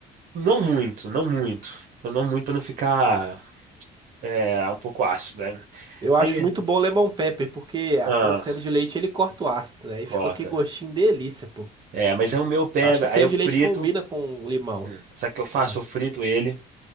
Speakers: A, on the right (about 60°); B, on the right (about 25°).
A: Não muito, não muito. Não muito pra não ficar. É, um pouco ácido, né?
B: Eu
A: Aí,
B: acho muito bom o lemon pepper, porque a-
A: ah,
B: o creme de leite ele corta o ácido, né? Aí
A: corta.
B: fica aquele gostinho delícia, pô.
A: É, mas aí o meu eu pego.
B: Eu acho que
A: aí
B: creme
A: eu frito.
B: de leite combina com limão.
A: Hum, sabe o que eu faço?
B: Ah,
A: Eu frito ele.